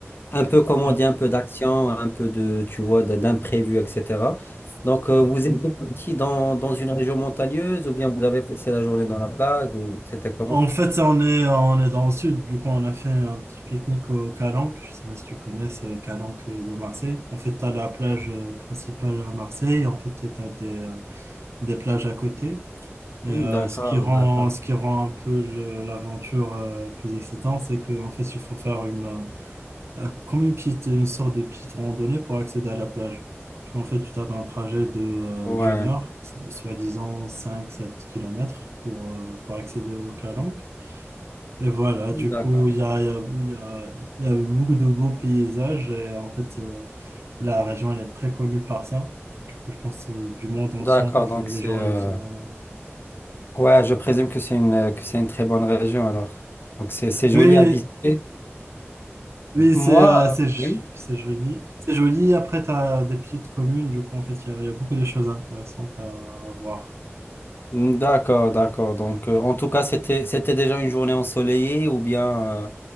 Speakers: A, on the left; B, on the right.
A: un peu comme
B: Ouais.
A: on dit, un peu d'action, un peu de, tu vois, d- d'imprévu, etc. Donc euh, vous êtes parti dans, dans une région montagneuse ou bien vous avez passé la journée dans la plage ou c'était comment?
B: En fait, ça, on est, on est dans le sud, du coup, on a fait un petit pique-nique au Calanque. Je sais pas si tu connais, c'est Calanque euh, de Marseille. En fait, tu as la plage euh, principale à Marseille. En fait, tu as des, euh, des plages à côté. Et
A: Hmm,
B: euh,
A: D'accord,
B: ce qui rend,
A: d'accord.
B: ce qui rend un peu le- l'aventure euh, plus excitante, c'est qu'en fait, il faut faire une, euh, euh, comme une petite, une sorte de petite randonnée pour accéder à la plage. Parce qu'en fait, tu tapes un trajet de, euh,
A: Ouais,
B: d'une heure, soi-disant cinq sept kilomètres pour, euh, pour accéder au Calanque. Et voilà,
A: d'accord.
B: du coup, il y a, il y a, il y a- il y a beaucoup de beaux paysages et en fait, euh, la région, elle est très connue par ça. Du coup, je pense euh, du monde entier,
A: D'accord,
B: en fait,
A: donc
B: les,
A: c'est
B: les gens,
A: euh,
B: ils viennent.
A: ouais, je présume que c'est une euh, que c'est une très bonne région alors. Donc c'est c'est joli
B: Oui, oui,
A: à visiter.
B: Oui,
A: Moi,
B: c'est euh,
A: euh,
B: c'est j-
A: oui.
B: c'est joli. C'est joli. Après, tu as des petites communes. Du coup, en fait, il y, a il y a beaucoup de choses intéressantes à, à voir.
A: D'accord, d'accord. Donc euh, en tout cas, c'était c'était déjà une journée ensoleillée ou bien euh,